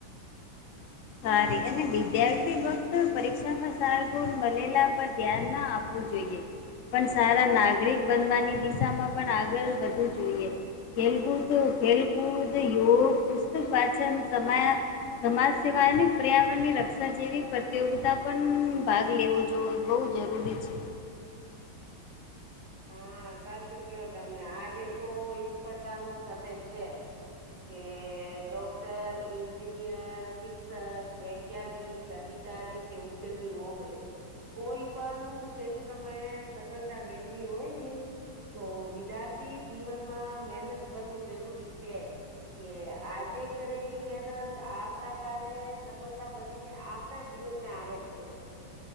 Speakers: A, on the left; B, on the right.
A: સારી અને વિદ્યાર્થી ફક્ત પરીક્ષામાં સાર ગુણ મલેલા પર ધ્યાન ના આપવું જોઈએ. પણ સારા નાગરિક બનવાની દિશામાં પણ આગળ વધવુ જોઈએ. ખેલકૂદ ખેલકૂદ, યોગ, પુસ્તક વાચન સમાયા સમાજ સિવાય અને પર્યાવરણની રક્ષા જેવી પ્રતિયોગિતા પણ ભાગ લેવો જો જોવો બહુ જરૂરી છે.
B: હા સાચું કયો તમને આજે તો સ્પર્ધાનો સમય છે. કે ડોક્ટર, એન્જિનિયર, શિક્ષક, વૈજ્ઞાનિક અધિકારી કે ઉદ્યમી <unintelligible> કોઈ પણ ક્ષેત્રમાં સફળતા મેળવી હોય ને તો વિદ્યાર્થી જીવનમાં મહેનત કરવું જરૂરી છે. કે આજે કરેલી મહેનત આવતા કાલે સફળતા બનીને આપણા જીવનમાં આવે છે.